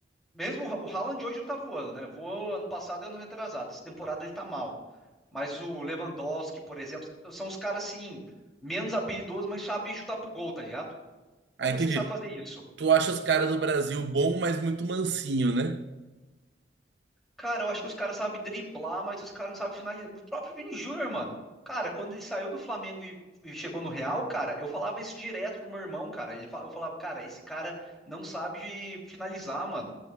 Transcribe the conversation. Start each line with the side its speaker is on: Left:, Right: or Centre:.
Centre: Mesmo o Ha- o Haaland hoje não tá voando, né? Voou ano passado e ano retrasado. Essa temporada ele tá mal. Mas o Lewandowski, por exemplo, são os caras assim, menos habilidosos, mas sabem chutar pro gol, tá ligado? Vamos
Right: Ah, entendi.
Centre: ver se ele sabe fazer isso.
Right: Tu acha os caras do Brasil bom, mas muito mansinho, né?
Centre: Cara, eu acho que os caras sabem driblar, mas os caras não sabem finalizar. O próprio Vini Júnior, mano. Cara, quando ele saiu do Flamengo e, e chegou no Real, cara, eu falava isso direto pro meu irmão, cara. Ele, fa- eu falava, cara, esse cara não sabe finalizar, mano.